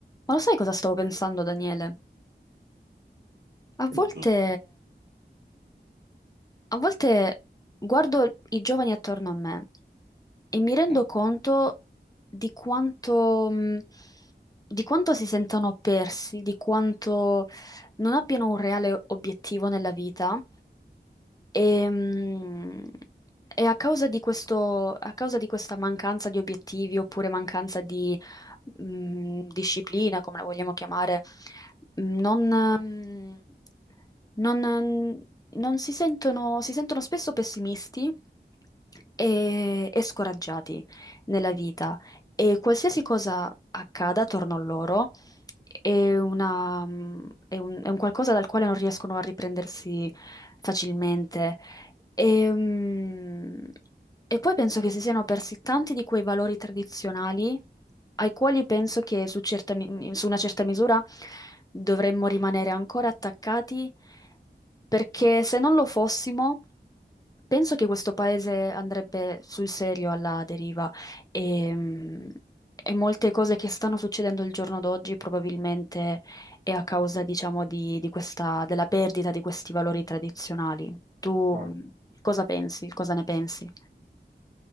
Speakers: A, on the left; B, on the right.
A: Ma lo sai cosa stavo pensando, Daniele? A
B: di
A: volte,
B: tutto.
A: a volte guardo i giovani attorno a me e mi rendo
B: Mm.
A: conto di quanto, mh, di quanto si sentano persi, di quanto non abbiano un reale obiettivo nella vita. E, mh, e a causa di questo, a causa di questa mancanza di obiettivi oppure mancanza di mh, disciplina, come la vogliamo chiamare, mh, non, mm, non, non si sentono, si sentono spesso pessimisti e, e scoraggiati nella vita e qualsiasi cosa accada attorno a loro è una- è un, è un qualcosa dal quale non riescono a riprendersi facilmente e, mm, e poi penso che si siano persi tanti di quei valori tradizionali ai quali penso che su, certa mi- su una certa misura dovremmo rimanere ancora attaccati, perché se non lo fossimo, penso che questo paese andrebbe sul serio alla deriva e, mm, e molte cose che stanno succedendo il giorno d'oggi probabilmente e a causa, diciamo, di, di questa, della perdita di questi valori tradizionali. Tu
B: Certo.
A: mh, cosa pensi? Cosa ne pensi?